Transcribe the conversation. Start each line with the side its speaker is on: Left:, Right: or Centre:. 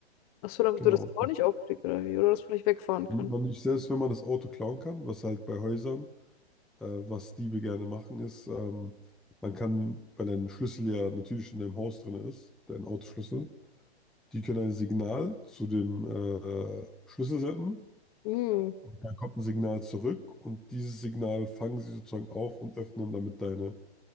Left: Achso, damit
Centre: Genau.
Left: du das auch nicht aufkriegst, oder wie? Oder das vielleicht wegfahren kann.
Centre: Damit man nicht, selbst wenn man das Auto klauen kann, was halt bei Häusern, äh, was Diebe gerne machen, ist, ähm, man kann, weil ein Schlüssel ja natürlich in deinem Haus drin ist, dein Autoschlüssel, die können ein Signal zu dem äh, Schlüssel senden.
Left: Hm.
Centre: Dann kommt ein Signal zurück und dieses Signal fangen sie sozusagen auf und öffnen damit deine,